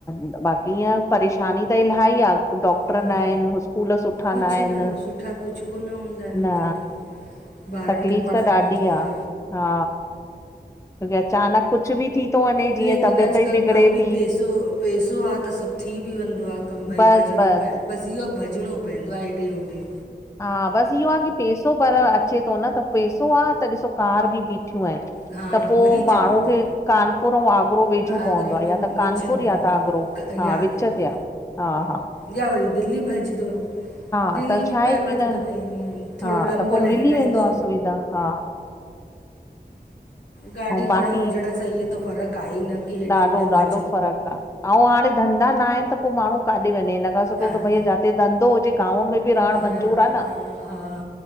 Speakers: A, on the left (about 15°); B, on the left (about 75°).
A: त बाक़ी ईअं परेशानी त इलाही आ डॉक्टर
B: हम्म
A: न आइनि स्कूल सुठा
B: कुझु
A: न आइनि
B: सुठा कुझु कोन हूंदा आहिनि उते
A: न
B: त ॿारनि
A: तकलीफ़
B: खे पढ़ाइण
A: त ॾाढी
B: जो हा
A: आ हा तोके अचानक कुझु बि थी थो वञे
B: लेकिन
A: जीअं तबियत
B: अॼुकल्ह
A: ई बिगड़े
B: भाभी
A: थी
B: पैसो पैसो आ त सभु थी बि वेंदो आ कमु भई
A: बस
B: भॼिणो
A: बस
B: पए बसि इहोआ भॼिणो पवंदो आ हेॾे होॾे
A: हा बसि इहो आ की पैसो पर अचे थो न त पैसो आ त ॾिसो कार बि बीठियूं आहिनि।
B: हा
A: त पो
B: वही
A: माण्हू
B: चवां थी
A: खे कानपुर ऐं आगरो वेझो
B: आगरा
A: पवंदो आ
B: में
A: या त
B: विच
A: कानपुर
B: में
A: या
B: हा
A: त आगरो
B: क
A: हा
B: या आगरा
A: विच ते
B: में
A: आ। हा हा
B: या वरी दिल्ली भॼदो। दिल्ली
A: हा त
B: बि
A: छा आहे
B: पए भॼ
A: की न
B: त भई थोरो
A: हा
B: लंबो
A: त पो
B: लह
A: मिली वेंदो
B: रहंदो
A: सुविधा आ हा
B: गाॾी
A: अऊं
B: घोड़ा
A: बाक़ी
B: हुजण सां इहो त फ़र्क़ु आहे ई न की हेॾे
A: ॾाढो
B: होॾे
A: ॾाढो
B: भॼ
A: फ़र्कु आ ऐं हाणे धंधा न आहिनि त पो माण्हू काॾे वञे हिन करे खां सुठो
B: कान
A: त भई जाते धंधो हुजे गांव में बि रहण
B: हा
A: मंज़ूर आ न
B: हा हा